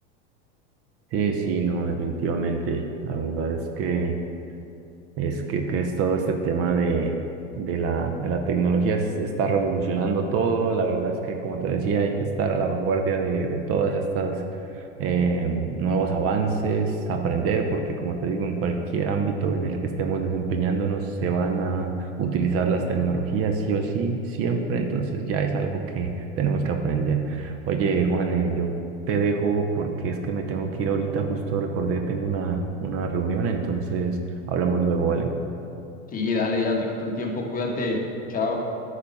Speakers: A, on the right; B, on the left.
A: Sí, sí, no, definitivamente. La verdad es que... Es que, que es todo este tema de, de la, de la tecnología, es- está revolucionando todo. La verdad es que, como te decía, hay que estar a la vanguardia de, de todas estas eh, nuevos avances, aprender, porque como te digo, en cualquier ámbito en el que estemos desempeñándonos, se van a utilizar las tecnologías sí o sí, siempre. Entonces ya es algo que tenemos que aprender. Oye, Juan, eh, yo te dejo porque es que me tengo que ir ahorita, justo recordé que tengo una, una reunión, entonces... Hablamos luego, ¿vale?
B: Sí, dale, ya no te quito el tiempo, cuídate, chao.